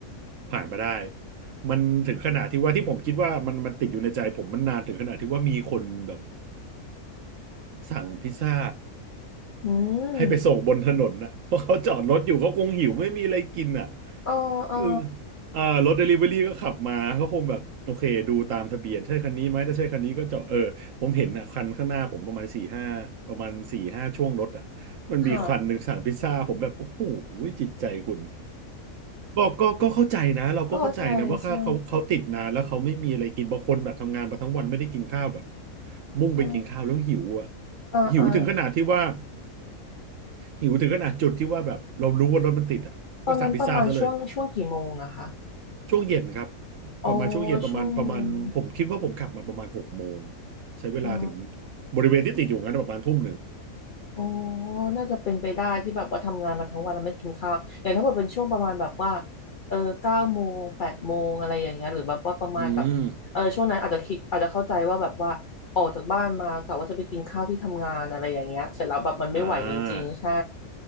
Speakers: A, on the right (about 65°); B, on the left (about 55°).
A: ผ่านไปได้มันถึงขนาดที่ว่าที่ผมคิดว่ามันมันติดอยู่ในใจผมมันนานถึงขนาดที่ว่ามีคนแบบสั่งพิซซ่า
B: อืม
A: ให้ไปส่งบนถนนนะ <laughs> เพราะเขาจอดรถอยู่เขาคงหิวไม่มีอะไรกินอ่ะ
B: อ๋ออ๋อ
A: เอออ่ารถเดลิเวอรี่ก็ขับมาเขาคงแบบโอเคดูตามทะเบียนใช่คันนี้ไหมถ้าใช่คันนี้ก็จอดเออผมเห็นอ่ะคันข้างหน้าผมประมาณสี่ห้าประมาณสี่ห้าช่วงรถอ่ะมันมีคันหนึ่งสั่งพิซซ่าผมแบบโอ้โห
B: ค่ะ
A: จิตใจคุณก็ก็ก็เข้าใจนะเราก็เข้าใจนะว่าเขาเขาเขาติดนานแล้วเขาไม่มีอะไรกินบางคนแบบทำงานมาทั้งวันไม่ได้กินข้าวแบบ
B: เข้าใจใช่
A: มุ่งไปกินข้าวแล้วหิวอ่ะ
B: ใช่อ่าอ่า
A: หิวถึงขนาดที่ว่า หิวถึงขนาดจุดที่ว่าแบบเรารู้ว่ารถมันติดอ่ะก็สั่งพิซซ่าซะเลย
B: ตอนนั้นประมาณช่วงช่วงกี่โมงอะคะ
A: ช่วงเย็นครับ
B: อ๋อ
A: ประมาณช่วงเย็นประมาณประมาณผมคิดว่าผมขับมาประมาณหกโมง
B: ช่วงเย็น
A: ใช้เวลาถึง
B: อ๋อ
A: บริเวณที่ติดอยู่งั้นประมาณทุ่มหนึ่ง
B: อ๋อน่าจะเป็นไปได้ที่แบบว่าทำงานมาทั้งวันแล้วไม่กินข้าวอย่างถ้าเกิดเป็นช่วงประมาณแบบว่าเออเก้าโมงแปดโมงอะไรอย่างเงี้ยหรือแบบว่าประมาณแบบเออช่วงนั้นอาจจะคิดอาจจะเข้าใจว่าแบบว่าออกจากบ้านมากะว่าจะไปกินข้าวที่ทำงานอะไรอย่างเงี้ยเสร็จแล้วแบบมันไม่ไหวจริงๆใช่
A: อืมอ่า